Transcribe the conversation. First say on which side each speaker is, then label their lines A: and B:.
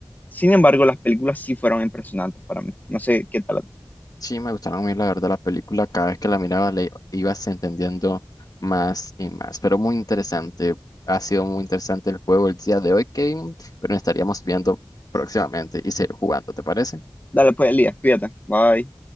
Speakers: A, on the left; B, on the left.
A: Sin embargo, las películas sí fueron impresionantes para mí. No sé qué tal a ti.
B: Sí, me gustaron muy, la verdad, la película. Cada vez que la miraba, le ibas entendiendo más y más. Pero muy interesante. Ha sido muy interesante el juego el día de hoy, Kevin. Pero nos estaríamos viendo próximamente y seguir jugando, ¿te parece?
A: Dale pues, Elías, cuídate. Bye.